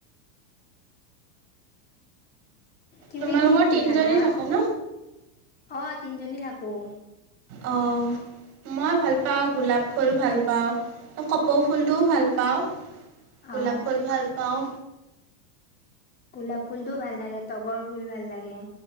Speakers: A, on the left; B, on the right.
A: তুমি
B: তোমালোকৰ
A: কি ফুল
B: তিনিজনী
A: ভাল পোৱা
B: থাকা ন
A: অঁ তিনিজনী থাকোঁ।
B: অ। মই ভাল পাওঁ গোলাপ ফুল ভাল পাওঁ কপৌ ফুলটোও ভাল পাওঁ। গোলাপ
A: অ
B: ফুল ভাল পাওঁ।
A: গোলাপ ফুলটো ভাল লাগে তগৰ ফুল ভাল লাগে।